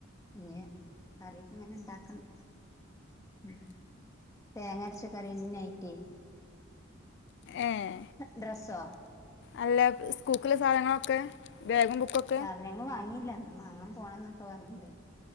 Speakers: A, on the left; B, on the left.
A: ഇഞ്ഞ് കറിയൊക്കെ ഇങ്ങനെ ഇണ്ടാക്കണം. ഉം, തേങ്ങരച്ച കറിന്നെ ആയിറ്റേ
B: ഏഹ്
A: ഡ്രസ്സോ
B: അല്ല സ്കൂൾക്ക്ള്ള സാധനങ്ങളൊക്കെ ബാഗും ബുക്കൊ
A: സാധനങ്ങൾ വാങ്ങിയില്ല. ഇന്ന് മാങ്ങാൻ പോണം എന്നൊക്കെ പറഞ്ഞിണ്ട്.